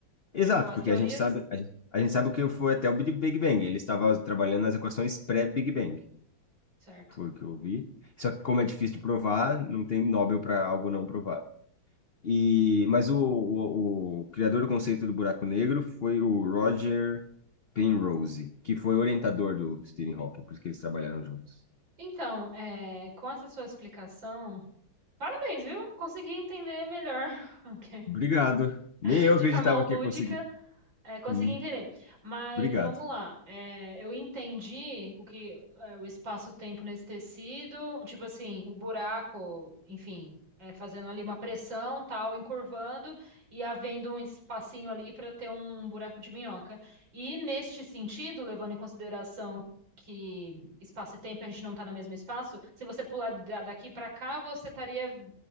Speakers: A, on the left (about 60°); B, on the right (about 65°).
A: Exato,
B: Tipo, as
A: porque
B: teorias?
A: a gente sabe a gente, a gente sabe o que foi até o Big Big Bang. Ele estava trabalhando nas equações pré-Big Bang,
B: Certo.
A: foi o que eu vi. Só que como é difícil de provar, não tem Nobel para algo não provado. E, mas o, o, o criador do conceito do buraco negro foi o Roger Penrose, que foi orientador do Stephen Hawking, por isso que eles trabalharam juntos.
B: Então, é, com essa sua explicação, parabéns, viu? Consegui entender melhor, <laughs>
A: Obrigado. Nem eu
B: de
A: acreditava
B: forma lúdica,
A: que ia conseguir.
B: É, consegui
A: Hum,
B: entender. Mas
A: Obrigado.
B: vamos lá. É, eu entendi o que é, o espaço-tempo nesse tecido, tipo assim, o buraco, enfim, é, fazendo ali uma pressão, tal, encurvando e havendo um espacinho ali para ter um buraco de minhoca. E neste sentido, levando em consideração que espaço e tempo a gente não está no mesmo espaço, se você pular da- daqui para cá, você estaria